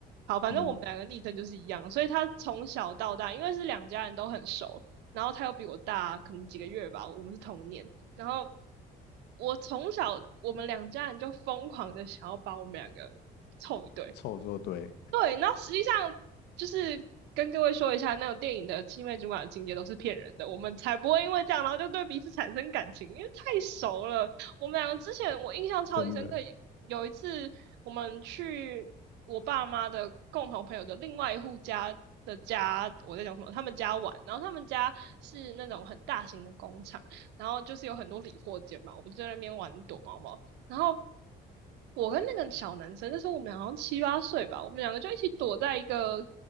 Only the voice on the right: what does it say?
好，反正我们两个昵称就是一样，
所以他从小到大，因为是两家人都很熟，然后他又比我大可能几个月吧，我们是同年。然后我从小我们两家人就疯狂的想要把我们两个凑一对，
对，然后实际上就是跟各位说一下，那种电影的青梅竹马的情节都是骗人的，我们才不会因为这样，然后就对彼此产生感情，因为太熟了。我们两个之前我印象超级深刻，
有一次我们去我爸妈的共同朋友的另外一户家的家，我在讲什么？他们家玩，然后他们家是那种很大型的工厂，然后就是有很多理货间嘛，我们就在那边玩躲猫猫。然后我跟那个小男生，那时候我们好像七八岁吧，我们两个就一起躲在一个